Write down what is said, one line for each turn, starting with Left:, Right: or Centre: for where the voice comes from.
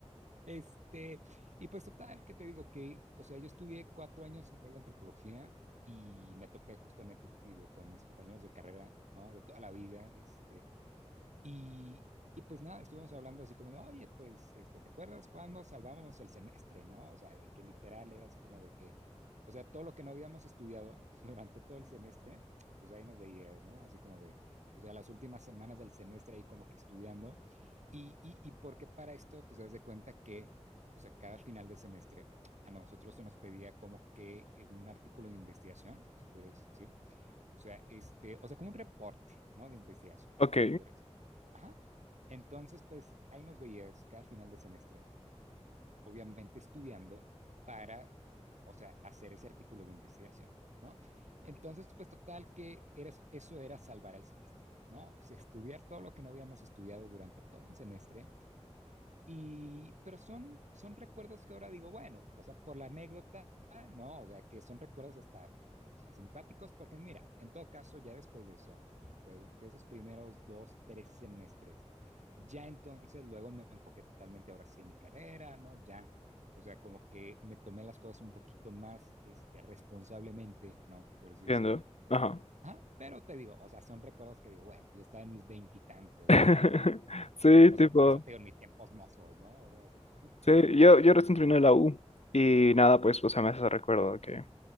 Right: Este, y pues total, que te digo que, o sea, yo estudié cuatro años y medio antropología y me topé justamente, te digo, con mis compañeros de carrera, ¿no? De toda la vida, este Y, y pues nada, estuvimos hablando así como de, oye, pues, este, ¿te acuerdas cuando salvábamos el semestre, no? O sea, de que literal era así como de que, o sea, todo lo que no habíamos estudiado <laughs> durante todo el semestre, pues ahí nos veías, ¿no? Así como de, o sea, las últimas semanas del semestre ahí como que estudiando. Y, y, y porque para esto, pues, das de cuenta que, o sea, cada final de semestre a nosotros se nos pedía como que eh, un artículo de investigación, se puede decir, o sea, este, o sea, como un reporte, ¿no? De investigación,
Left: Ok,
Right: se puede decir. Ajá. Entonces, pues ahí nos veías cada final de semestre, obviamente estudiando para, o sea, hacer ese artículo de investigación, ¿no? Entonces, pues total que era, eso era salvar el semestre, ¿no? O sea, estudiar todo lo que no habíamos estudiado durante todo un semestre y, pero son, son recuerdos que ahora digo, bueno, o sea, por la anécdota, no, o sea, que son recuerdos hasta, o sea, simpáticos, porque mira, en todo caso, ya después de eso, o sea, de esos primeros dos, tres semestres, ya entonces luego me enfoqué totalmente ahora sí en mi carrera, ¿no? Ya, o sea, como que me tomé las cosas un poquito más, este, responsablemente, ¿no? Por así
Left: entiendo.
Right: decirlo.
Left: Ajá.
Right: Ah, pero te digo, o sea, son recuerdos que digo, bueno, yo estaba en mis veintitantos,
Left: <laughs>
Right: ¿no?
Left: Sí,
Right: O
Left: tipo,
Right: sea, por eso te digo en mis tiempos mozos, ¿no? O sea, así como...
Left: sí, yo, yo recién terminé la U y nada, pues, o sea, me hace ese recuerdo que